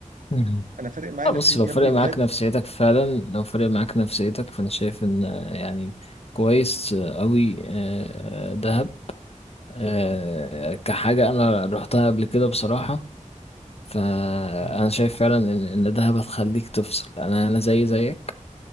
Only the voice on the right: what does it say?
انا فارق معايا
نفسيتي
يا ابني بجد
مم.